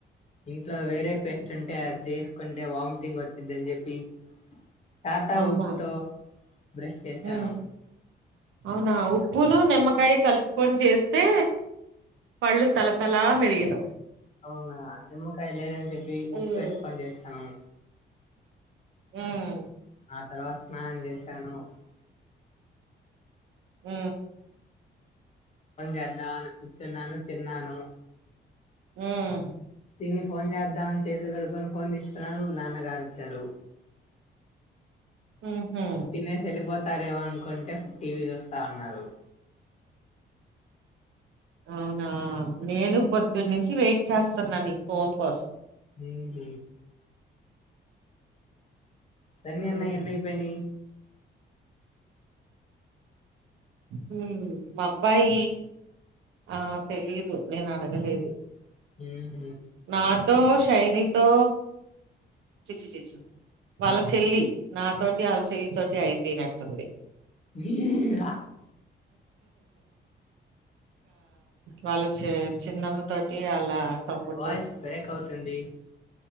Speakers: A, on the left; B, on the right.
A: ఇంట్లో వేరే పేస్ట్ ఉంటే అది తీసుకుంటే వామ్తింగ్ వచ్చిందని చెప్పి టాటా
B: అవునా
A: ఉప్పుతో బ్రష్ చేశాను.
B: ఉమ్ అవునా ఉప్పును నిమ్మకాయ కలుపుకొని చేస్తే పళ్ళు తలతల మెరియును
A: అవునా నిమ్మకాయ లేద్ అని చెప్పి ఉప్పు
B: ఉమ్
A: వేస్కుని చేస్తాను
B: హ్మ్
A: ఆ తర్వాత స్నానం చేశాను.
B: మ్
A: పని చేద్దాం అని కూర్చున్నాను తిన్నాను.
B: హ్మ్
A: తిని ఫోన్ చేద్దామని చేతులు కడుకొని ఫోన్ తీస్తున్నాను నాన్నగారు వచ్చారు
B: ఉహు
A: తినేసి వెళ్ళపోతారేమో అనుకుంటే టీవీ చూస్తా ఉన్నారు.
B: అవునా నేను పొద్దున్నుంచి వెయిట్ చేస్తున్నాను నీ ఫోన్ కోసం
A: హ్ మ్ సన్నీ
B: ఉమ్
A: అన్నయి ఎన్ని అయిపోయినయి
B: హ్ మా అబ్బాయి ఆ తెలీదు నేను అడగలేదు.
A: హ్
B: నాతో టైనితో చిచి చిచి వాళ్ళ చెల్లి నాతోటి వాళ్ళ చెల్లి తోటి అయిపోయినట్టుంది.
A: <inaudible>
B: వాళ్ళ చే చిన్నమ్మ తోటి అల్లా తమ్ముడు
A: వాయిస్ బ్రేక్ అవుతుంది.